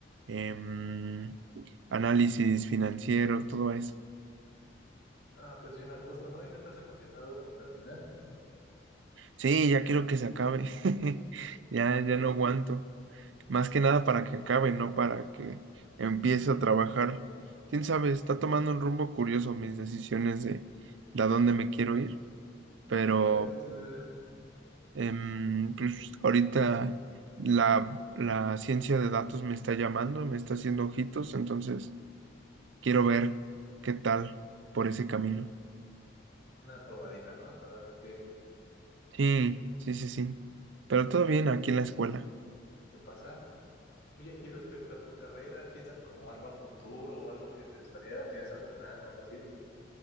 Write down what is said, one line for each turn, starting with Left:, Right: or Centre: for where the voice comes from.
Right: em, análisis financiero, todo eso.
Left: Ah, pues bien a gusto, ¿no? Y no estás emocionado por terminar.
Right: Sí, ya quiero que se acabe, <laughs> ya, ya no aguanto. Más que nada para que acabe, no para que empiece a trabajar. Quién sabe, está tomando un rumbo curioso mis decisiones de, de a dónde me quiero ir, pero
Left: ¿Por qué? ¿A qué se debe?
Right: em, pues, ahorita la, la ciencia de datos me está llamando, me está haciendo ojitos, entonces quiero ver qué tal por ese camino.
Left: Una probadita, ¿no? Para ver qué,
Right: Sí, sí, sí, sí. Pero todo bien aquí en la escuela.
Left: qué pasa. Oye, y respecto a tu carrera, ¿piensas como algo a futuro o algo que te gustaría o tienes algún plan o algo así?